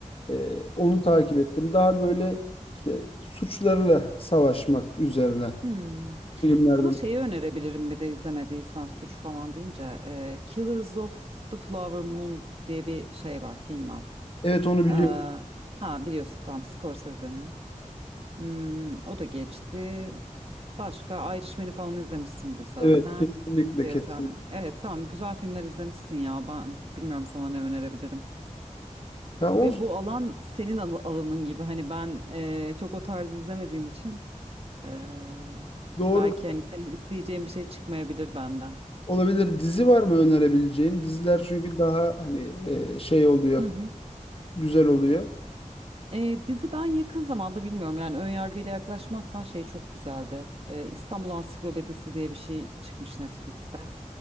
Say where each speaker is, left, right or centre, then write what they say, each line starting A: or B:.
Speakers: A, on the left; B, on the right.
A: E, onu takip ettim. Daha böyle işte suçlarla savaşmak üzerine
B: Hmm.
A: filmlerden.
B: Sana şeyi önerebilirim bir de izlemediysen suç falan deyince e, Killers of the Flower Moon diye bir şey var film var.
A: Evet onu biliyorum.
B: E, ha biliyorsun tam Scorsese'nin. Hmm, o da geçti. Başka Irishman'i falan izlemişsindir zaten.
A: Evet kesinlikle
B: Diye
A: kesinlikle.
B: tahmin- Evet tamam güzel filmler izlemişsin ya ben bilmiyorum sana ne önerebilirim.
A: Ya olsun.
B: Ve bu alan senin al- alanın gibi hani ben e, çok o tarz izlemediğim için. Ee,
A: Doğru
B: belki hani senin isteyeceğin bir şey çıkmayabilir benden.
A: olabilir. Dizi var mı önerebileceğin? Diziler çünkü daha hani e, şey oluyor.
B: Hı hı.
A: Güzel oluyor.
B: Ee, dizi ben yakın zamanda bilmiyorum yani ön yargıyla yaklaşmazsan şey çok güzeldi. Ee, İstanbul Ansiklopedisi diye bir şey çıkmış Netflix'te.